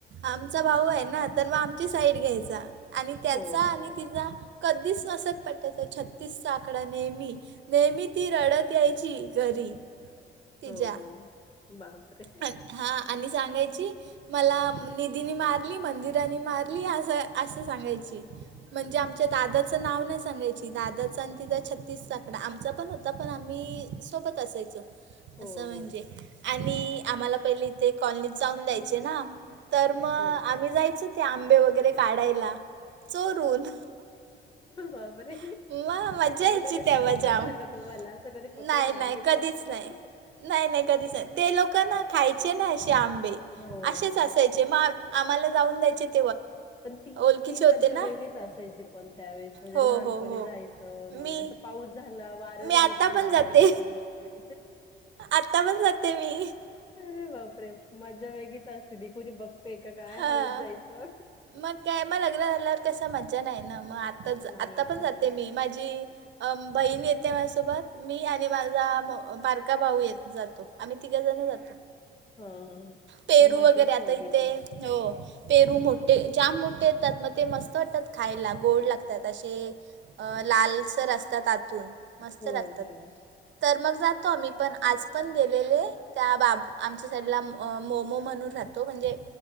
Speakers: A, on the right; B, on the left.
A: आमचा भाऊ आहे ना तर मग आमची साईड घ्यायचा आणि त्याचा
B: हो हो
A: आणि
B: हो
A: तिचा, कधीच नसत पटत छत्तीसचा आकडा नेहमी. नेहमी ती रडत यायची घरी तिज्या
B: हो हो हो. बापरे
A: हां, आणि सांगायची, मला निधीनी मारली मंदिरानी मारली असं, अस असं सांगायची, म्हणजे आमच्या दादाचं नाव नाही सांगायची, दादाच आणि तिचा छत्तीसचा आक आमचा पण होता पण आम्ही सोबत असायचो,
B: हो
A: असं म्हणजे
B: हो
A: आणि आम्हाला पहिले इथे कॉलनीत जाऊन द्यायचे ना, तर मग
B: हो
A: आम्ही जायचो ते आंबे वगैरे काढायला, चोरून.
B: बापरे!
A: मग मजा
B: मग
A: यायची
B: ते कसं
A: तेव्हा
B: पकडलं
A: जाम
B: का तुम्हाला असं कधी
A: नाही
B: पकडलं
A: नाही
B: आंबे
A: कधीच
B: चोरताना..?
A: नाही नाही नाही कधीच नाही, ते लोकं
B: आ
A: ना खायचे ना असे आंबे,
B: हो
A: असेच
B: हो
A: असायचे ग आम्हाला जाऊन द्यायचे. <unintelligible>
B: पण ती,
A: ओळखीचे
B: ती मजा
A: होते ना
B: वेगळीच असायची पण त्यावेळेस, म्हणजे
A: हो
B: लहानपणी
A: हो हो
B: जायची मग
A: मी
B: असं पाऊस झालं, वारं
A: मी
B: झालं
A: आत्ता
B: की हा,
A: पण
B: आंबे
A: जाते
B: पडले असतील.
A: आत्ता पण जाते मी
B: अरे बापरे! मजा वेगळीच. आसते ती, कुणी बघतय कि काय
A: हां
B: हळूच जायचं.
A: मग काय, मग लग्न झाल्यावर कसं मज्जा नाही ना, मग आता
B: नाहीये
A: आता पण
B: खरंय
A: जाते मी, माझी अ बहीण येते माझ्यासोबत, मी आणि माझा बारका भाऊ येत जातो. आम्ही तिघं जणं जातो.
B: हा हा ह
A: पेरू
B: पण मजाच
A: वगैरे आता
B: वेगळी
A: इथे
B: ती.
A: हो. पेरू मोठे, जाम मोठे येतात मग ते मस्त वाटतात खायला गोड लागतात अशे. अं लालसर असतात आतून, मस्त
B: हो
A: लागतात.
B: हो
A: तर मग जातो आम्ही पण, आज पण गेलेले. त्या बाब आमच्या साईडला मोमो म्हणून राहतो म्हणजे